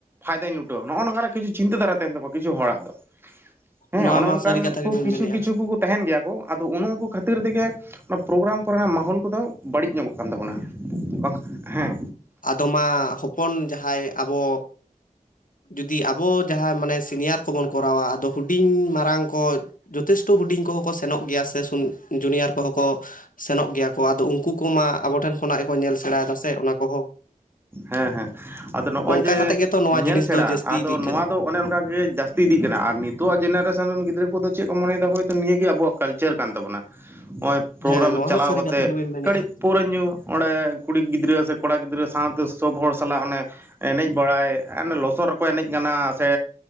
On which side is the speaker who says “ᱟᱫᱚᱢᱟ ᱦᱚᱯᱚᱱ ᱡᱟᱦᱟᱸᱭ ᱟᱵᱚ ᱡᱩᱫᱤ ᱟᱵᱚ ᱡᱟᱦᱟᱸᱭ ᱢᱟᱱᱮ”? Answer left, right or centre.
Left